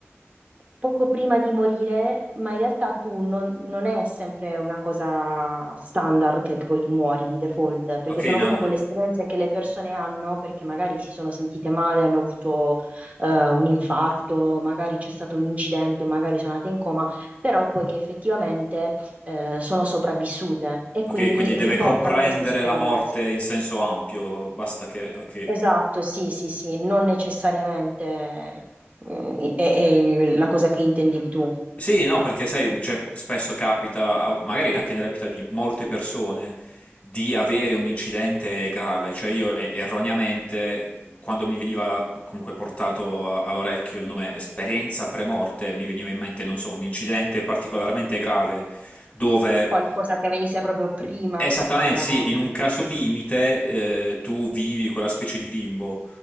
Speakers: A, on the right; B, on the left.
A: poco prima di morire, ma in realtà tu non, non è sempre una cosa standard che, che poi tu muori di default, perché
B: ok,
A: sono
B: non-
A: proprio quelle esperienze che le persone hanno, perché magari si sono sentite male, hanno avuto eh, un infarto, magari c'è stato un incidente, o magari sono andate in coma, però poi che effettivamente eh, sono sopravvissute e quindi
B: ok, quindi
A: riportano
B: deve comprendere
A: questa esperienza.
B: la morte in senso ampio, basta che, ok.
A: Esatto, sì, sì, sì, non necessariamente mm, è è la cosa che intendevi tu.
B: Sì, no, perché sai, cioè, spesso capita, a- magari anche nella vita di molte persone, di avere un incidente grave. Cioè io e- erroneamente, quando mi veniva comunque portato a- all'orecchio il nome esperienza premorte, mi veniva in mente, non so, un incidente particolarmente grave dove
A: Qualcosa che venisse proprio prima
B: Esattamente,
A: alla
B: sì,
A: morte.
B: in un caso limite eh, tu vivi quella specie di limbo.